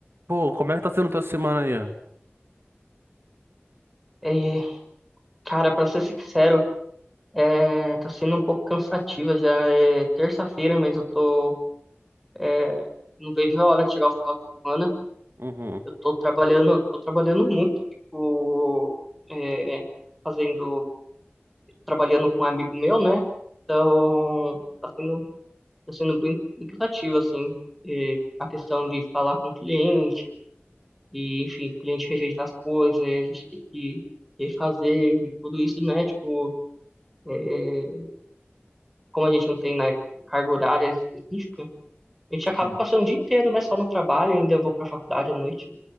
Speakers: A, on the right (about 65°); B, in the centre.
A: Pô, como é que tá sendo tua semana aí?
B: e cara, pra ser sincero, é, tá sendo um pouco cansativa. Já é terça-feira, mas eu tô. é, não vejo a hora de chegar o final de semana.
A: Uhum.
B: Eu tô trabalhando, tô trabalhando muito, tipo, é, fazendo. Trabalhando com um amigo meu, né? Então, tá sendo, tá sendo bem, bem cansativo, assim. é, a questão de falar com o cliente, e, enfim, o cliente rejeitar as coisas, e a gente tem que refazer, e tudo isso, né? Tipo. é, como a gente não tem, né, carga horária específica, a gente acaba
A: Sim.
B: passando o dia inteiro, né, só no trabalho, ainda vou pra faculdade à noite,